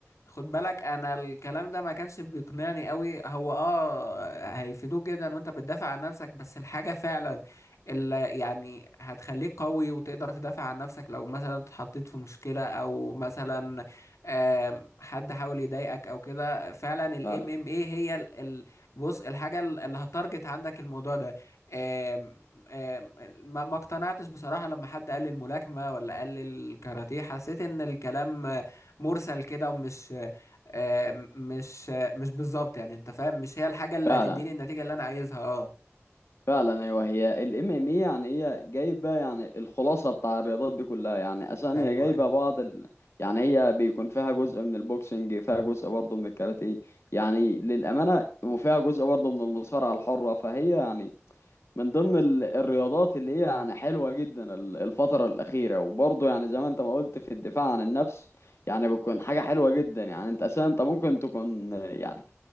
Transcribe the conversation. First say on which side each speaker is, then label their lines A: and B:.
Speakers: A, on the left (about 85°); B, on the left (about 65°).
A: خد بالك انا الكلام ده ما كانش بيقنعني قوي هو اه هيفيدوك جدا وانت بتدافع عن نفسك بس الحاجة فعلا اللي يعني هتخليك قوي وتقدر تدافع عن نفسك لو مثلا اتحطيت في مشكلة او مثلا آم، حد حاول يضايقك او كده فعلا الام
B: فعلا
A: ام اي هي ال ال بص الحاجة ال- اللي هتارجت عندك الموضوع ده آم، آم، ما ما اقتنعتش بصراحة لما حد قال لي الملاكمة ولا قال لي الكاراتيه حسيت ان الكلام آه، مرسل كده ومش آه، مش آه، مش بالظبط يعني انت فاهم مش هي الحاجة اللي
B: فعلا
A: هتديني النتيجة اللي انا عايزها اه
B: فعلا ايوه هي الام ام اي يعني هي جايبه يعني الخلاصه بتاع الرياضات دي كلها يعني اساسا
A: ايوه
B: هي جايبه
A: ايوه
B: بعض ال... يعني هي بيكون فيها جزء من البوكسنج فيها جزء برضه من الكاراتيه يعني للامانه وفيها جزء برضه من المصارعه الحره فهي يعني من ضمن ال... الرياضات اللي هي يعني حلوه جدا ال- الفتره الاخيره وبرضه يعني زي ما انت ما قلت في الدفاع عن النفس يعني بتكون حاجه حلوه جدا يعني انت اساسا انت ممكن تكون يعني